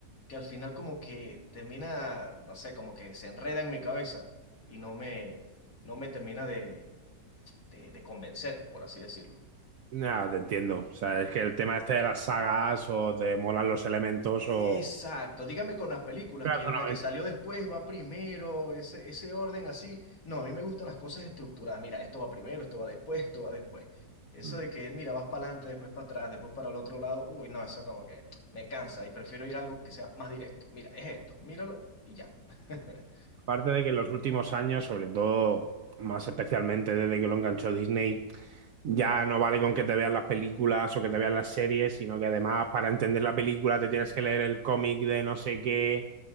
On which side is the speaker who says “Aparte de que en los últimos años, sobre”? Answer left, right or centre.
Right